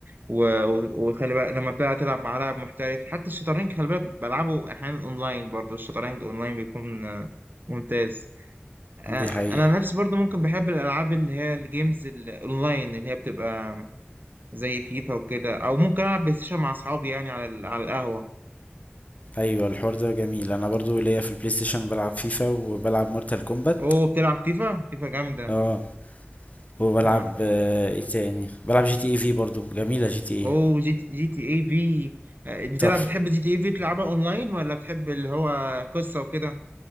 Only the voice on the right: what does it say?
و... و- وخلي بالك لما بقى تلعب مع لاعب محترف حتى الشطرنج خلي بالك بلعبه احيانا اونلاين برضو الشطرنج اونلاين بيكون آه، ممتاز آه،
انا نفسي برضو ممكن بحب الالعاب اللي هي الجيمز الاونلاين اللي هي بتبقى زي فيفا وكده او ممكن العب بلاي ستيشن مع اصحابي يعني على ال- على القهوه
اوه بتلعب فيفا فيفا جامده
آه.
اوه جي تي, جي تي اي في آه، بتلعب
بتحب جي تي اي في تلعبها اونلاين ولا بتحب اللي هو قصة وكده